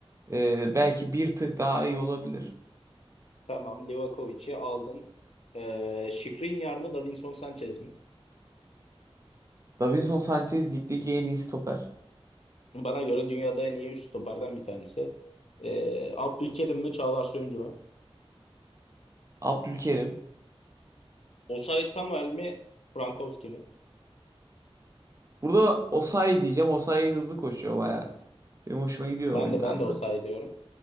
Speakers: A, on the right; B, on the left.
A: e, belki bir tık daha iyi olabilir.
B: Tamam, Livakovic'i aldın. Eee Skriniar mı, Davinson Sanchez mi?
A: Davinson Sanchez ligdeki en iyi stoper.
B: Bana göre dünyada en iyi üst stoperden bir tanesi. Eee Abdülkerim mi, Çağlar Söyüncü mü?
A: Abdülkerim.
B: Osay Samuel mi, Frankowski mi?
A: Burada Osayi diyeceğim. Osayi hızlı koşuyor baya. Benim hoşuma gidiyor
B: Ben
A: oyun
B: de
A: tarzı.
B: ben de Osay diyorum.